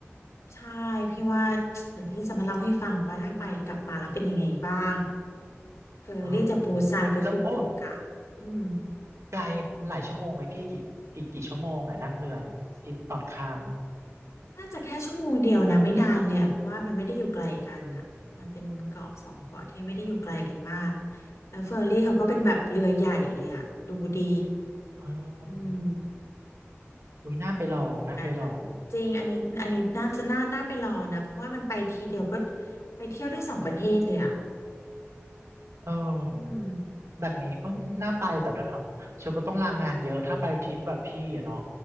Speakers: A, on the left; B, on the right.
A: ใช่พี่ว่าเดี๋ยวพี่จะมาเล่าให้ฟังว่าถ้าไปกลับมาแล้วเป็นยังไงบ้างเฟอร์รี่จากปูซานไปฟุกุโอกะอืม
B: อ๋อแล้วโอ้ ไกลหลายชั่วโมงไหมพี่กี่กี่กี่ชั่วโมงอ่ะนั่งเรือเนี่ยที่ตอนข้ามอ่ะ
A: น่าจะแค่ชั่วโมงเดียวนะไม่นานเลยอะเพราะว่ามันไม่ได้อยู่ไกลกันอ่ะมันเป็นเกาะสองเกาะที่ไม่ได้อยู่ไกลกันมาก
B: อืม
A: แล้วเฟอร์รี่เขาก็เป็นแบบเรือใหญ่เลยอ่ะดูดี
B: เออ
A: อืม
B: อุ้ยน่าไปลองน่าไปลอง
A: ก็ดีเหมือนกันนะจริงอันนี้อันนี้น่าจะน่าน่าไปลองนะเพราะว่ามันไปทีเดียวก็ไปเที่ยวได้สองประเทศเลยอ่ะ
B: เออ
A: อืม
B: แบบนี้เออน่าไปแต่เดี๋ยวนะเชลก็ต้องลางานเยอะถ้าไปทริปแบบพี่อะเนาะ